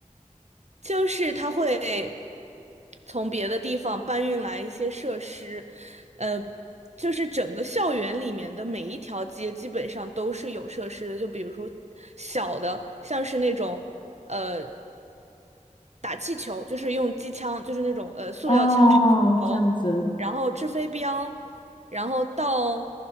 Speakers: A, on the right; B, on the left.
A: 就是他会从别的地方搬运来一些设施，呃，就是整个校园里面的每一条街基本上都是有设施的，就比如说小的，像是那种呃打气球，就是用机枪，就是那种呃塑料枪射气球，
B: 哦，这样子，
A: 然后掷飞镖，然后到